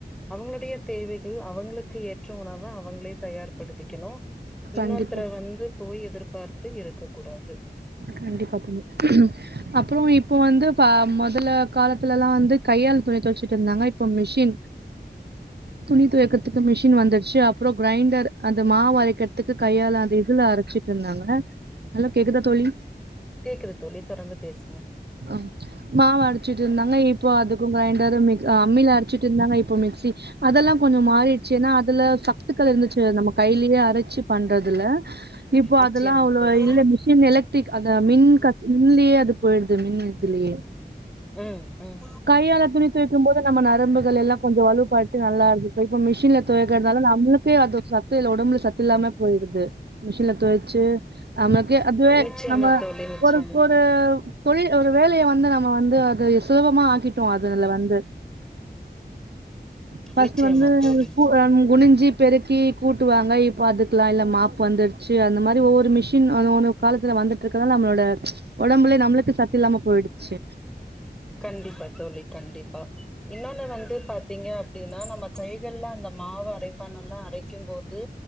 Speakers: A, in the centre; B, on the right.
A: அவுங்களுடைய தேவைக் கு அவுங்களுக்கு ஏற்ற உணவ அவங்களேத் தயார் படுத்திக்கணூ இன்னொருத்தர
B: கண்டிப்பா
A: வந்து போய் எதிர்பார்த்து இருக்க கூடாது
B: கண்டிப்பா குனி அப் ப்றோ இப்ப வந்து கா மொதல்ல காலத்துலல்லா வந்து கையால் துணி துவச்சுட்ருந்தாங்க இப்ப மிஷின் துணி துவக்கிறதுக்கு மிஷின் வந்துடுச்சு அப்றோ க்ரைண்டர் அந்த மாவு அரைக்கிறதுக்கு கையால அந்த இதுல அரச்சிட்ருந்தாங்க நல்லா கேக்குதா தோழி
A: கேக்குது தோழி தொடர்ந்து பேசுங்க
B: ஆ மாவரச்சுட் ட்ருந்தாங்க இப்போ அதுக்கூ க்ரைண்ட் செராமிக் ஆ அம்மில அரச்சிட்ருந்தாங்க இப்ப மிக்சி அதல்லா கொஞ்சோ மாறிடுச்சு ஏனா அதுல சத்துக்கள் இருந்துச்சு நம்ம கையிலயே அரச்சு பண்றதுல இப்போ
A: நிச்சயமா
B: அதல்லா அவ்ளோ
A: தோழி
B: இல்ல மிஷின் எலக்ட்ரிக் அந்த மின் கத் மின்லயே அது போயிடுது து மின் இதுலயே
A: ம் ம்
B: கையால துணி துவைக்கும் போது நம்ம நரம்புகளெல்லா கொஞ்சோ வலுப்பட்டு நல்லா இருந்துக்கூ இப்ப மிஷின்ல துவக்கறதால நம்மளுக்கே அது ச து இல்ல ஒடம்புல சத்துல்லாம போயிடுது மிஷின்லத்துவச்சு நமக்கு அது
A: நிச்சயமா
B: நம்ம
A: தோழி நிச்சயமா
B: ஒரு ஒரு தொழில் ஒரு வேலைய வந்து நம்ம வந்து து ஸ்லோவா மா ஆகிட் ட்டு அதுனால வந்து ஃபஸ்ட்டு
A: நிச்சயமா
B: வந்து
A: தோழி
B: கூ அன் குனிஞ் ஞ்சி பெருக்கி கூட்டுவாங்க இப்ப அதுக்கெல்லா இல்ல மாப்பு வந்துடுச்சு அந்த மாரி ஒவ்வொரு மிஷின் <unintelligible> ஒரு காலத்துல வந்துட்ருக்கறனால நம்மளோட ஒடம்புல நம்மளுக்கு சத்து இல்லாம போயிடுச்சு
A: கண்டிப்பா தோழி கண்டிப்பா இன்னோன்னு வந்து பாத்தீங்க அப்டின்னா நம்ம கைகள்ல அந்த மாவு அரைப்பானல்லா அரைக்கும் போ து